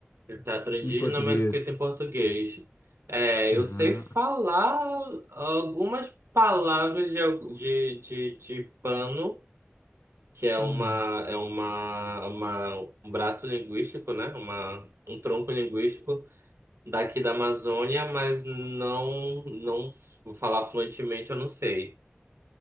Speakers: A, on the right; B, on the left.
A: Ele Teatro indígena,
B: Em português.
A: mas escrito em português. É,
B: Ah,
A: eu sei falar algumas palavras de, algu- de, de, de pano, que é uma,
B: hum.
A: é uma, uma, um braço linguístico, né? Uma, um tronco linguístico daqui da Amazônia, mas não, não vou falar fluentemente, eu não sei.